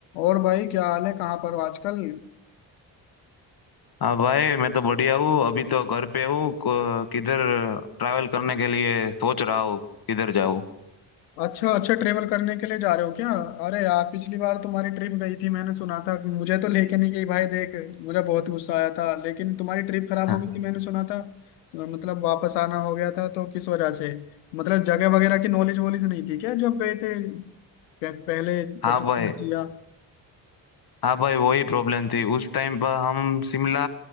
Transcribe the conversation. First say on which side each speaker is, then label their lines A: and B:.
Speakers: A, on the left (about 90°); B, on the left (about 50°).
A: और भाई क्या हाल है कहाँ पर हो आजकल
B: हाँ भाई मैं तो बढ़िया हूँ अभी तो घर पे हूँ को- किधर ट्रैवल करने के लिए सोच रहा हूँ किधर जाऊँ
A: अच्छा अच्छा ट्रेवल करने के लिए जा रहे हो क्या अरे यार पिछली बार तुम्हारी ट्रिप गई थी मैंने सुना था मुझे तो लेके नहीं गई भाई देख मुझे बहुत गुस्सा आया था लेकिन तुम्हारी ट्रिप
B: <laughs>
A: खराब हो गई थी मैंने सुना था मतलब वापस आना हो गया था तो किस वजह से मतलब जगह वगैरह की नॉलेज वॉलेज नहीं थी क्या जब गए थे पह- पहले
B: हाँ
A: पता
B: भाई
A: चलना चाहिए
B: हाँ भाई वही प्रॉब्लम थी उस टाइम पर हम शिमला